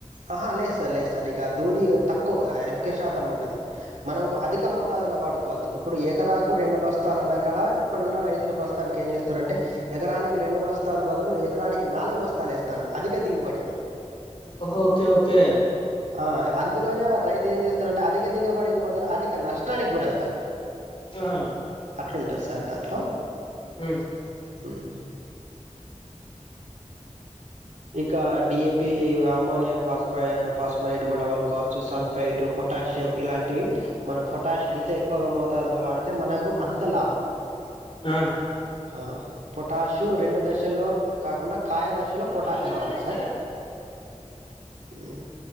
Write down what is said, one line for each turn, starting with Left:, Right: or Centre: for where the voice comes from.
Right: ఆహ లే సార్, లే సార్ ఇకా దూది తక్ క్కో అధిక శాతం ఉంటది, మనకు అధిక మోతాదుల వాడుకోవద్దు, ఇప్పుడు ఎకరా కు రెండు బస్తాలన్నాకాడ ఇప్పుడున్న రైతులు ప్రస్తుతానికి ఏం చేస్తురంటే, ఎకరానికి రెండు బస్తాలు బదులు ఎకరానికి నాలుగు బస్తాలు ఏస్తాండు. అధిక దిగుబడి అది.
Left: ఓహో ఓకే ఓకే.
Right: ఆ అందులోనే రైతు ఏం చేస్తరంటే అధిక దిగబడికి బదులు, అధిక నష్టానికి గురైతాండు.
Left: ఆహా
Right: అట్లుంటుంది సార్ దాంట్లో
Left: ఉమ్,
Right: ఉమ్. ఇక డి ఏ పి, ఈ అమ్మోనియా, ఫాస్ ఫై ఫాస్ఫరైడ్ గుడ వాళ్ళు కొల్ కోవచ్చు. సల్ఫైటు, పొటాషియం ఇలాంటివి మనం పొటాష్ ఎంత ఎక్కువగా మోతాదులో వాడితే, మనకు అంత లాభం.
Left: ఆ
Right: ఆ పొటాషు రెండు దశల్లో కాకుండా కాయ దశలో పొటాష్
Left: ఉమ్
Right: వాడాలి సార్ హ్మ్.